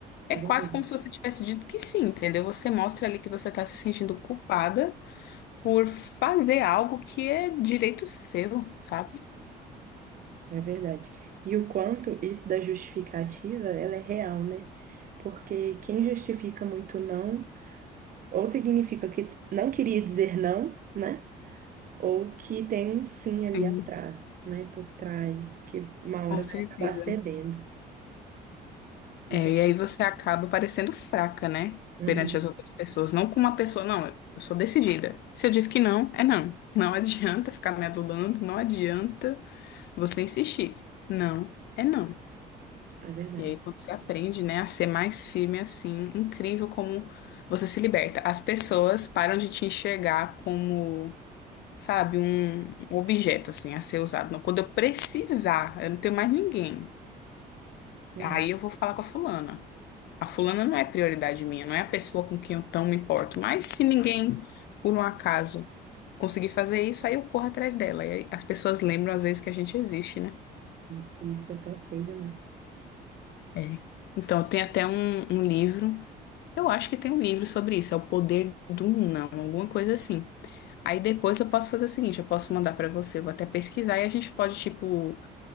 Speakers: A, on the left; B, on the right.
A: É
B: É
A: quase
B: verdade,
A: como se você tivesse dito que sim, entendeu? Você mostra ali que você está se sentindo culpada por fazer algo que é direito seu, sabe?
B: é verdade. E o quanto isso da justificativa, ela é real, né? Porque quem justifica muito não, ou significa que não queria dizer não, né? ou que tem um sim ali
A: Sim,
B: atrás, né, por trás, que uma
A: com
B: hora
A: certeza.
B: vai acabar cedendo.
A: É,
B: Isso aqui,
A: e aí você acaba parecendo fraca, né?
B: uhum,
A: Perante as outras pessoas. Não com uma pessoa, não, eu sou decidida. Se eu disse que não, é não. Não adianta ficar me adulando, não adianta você insistir. Não, é não.
B: é verdade.
A: E aí quando você aprende, né, a ser mais firme assim, incrível como você se liberta. As pessoas param de te enxergar como, sabe, um um objeto assim a ser usado. Não, quando eu precisar, eu não tenho mais ninguém.
B: Uhum.
A: Aí eu vou falar com a fulana. A fulana não é prioridade minha, não é a pessoa com quem eu tão me importo. Mas se ninguém, por um acaso, conseguir fazer isso, aí eu corro atrás dela. E aí as pessoas lembram às vezes que a gente existe, né?
B: uhum. Isso é tão feio, né?
A: É. Então, tem até um, um livro, eu acho que tem um livro sobre isso, é O Poder do Não, alguma coisa assim. Aí depois eu posso fazer o seguinte, eu posso mandar pra você, eu vou até pesquisar e a gente pode, tipo,